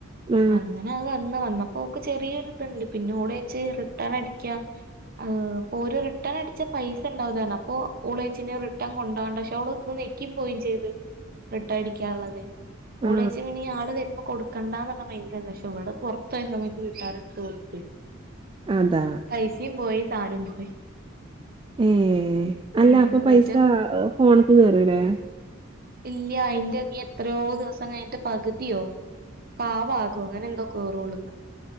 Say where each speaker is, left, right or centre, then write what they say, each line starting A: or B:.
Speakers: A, on the right; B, on the right.
A: ആ
B: അങ്ങന അത് വന്ന് വന്നപ്പോ ഓക്ക് ചെറിയൊരു ഇതുണ്ട് പിന്നെ ഓള് ഒയ്ച്ചു റിട്ടേൺ അടിക്കാ ആഹ് പ്പൊ ഓര് റിട്ടേൺ അടിച്ചാ പൈസ <unintelligible> അപ്പോ ഓളു ഓയ് ച്ച് ന് റിട്ടേൺ കൊ ണ്ടോ വണ്ട പക്ഷെ ഓളൊ ഒന്ന് ഞെക്കി പോവും ചെയ്ത് റിട്ടേൺ അടിക്കാള്ളത്
A: ആ
B: ഓള്
A: ആ
B: ഓയി ച്ച് ഇനി ആള് വരുമ്പൊ കൊടു കണ്ടാന്ന് ഉള്ള മൈൻ്റ് ആണ് പക്ഷെ ഇവള് പൊ ർത്തോ യ സമെ ത്ത് വീട്ടുകാരെടുത്ത് കൊടുത്ത്
A: അതാ
B: പൈസീം പോയി സാനോം പോയി
A: എഹ് അല്ലാ
B: ഏഹ്
A: പ്പൊ പൈസ
B: മറ്റേ
A: ഫോണിക്ക് കേറൂല്ലേ
B: ഇല്ല അയ് ന്റെ നി എത്രയോ ദിവസം കഴിഞ്ഞിട്ട് പകുതിയോ കാ ഭാഗൊ അങ്ങനെ എന്തോ കേറുള്ളു